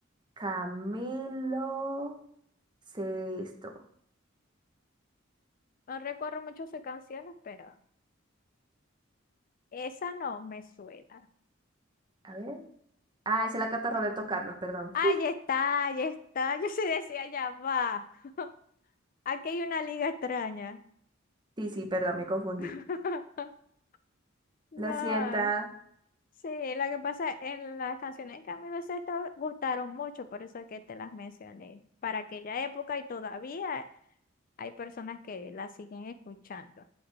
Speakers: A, on the right (about 25°); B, on the left (about 45°).
A: Camilo Sexto.
B: No recuerdo mucho sus canciones, pero esa no me suena.
A: A ver. Ah, esa la canta Roberto Carlos, perdón.
B: Ahí
A: <laughs>
B: está, ahí está. Yo se decía, ya va. <laughs> Aquí hay una liga extraña.
A: Sí, sí, perdón, me confundí.
B: <laughs> No,
A: Lo siento.
B: sí, lo que pasa en las canciones de Camilo Sesto gustaron mucho, por eso es que te las mencioné. Para aquella época y todavía hay personas que las siguen escuchando.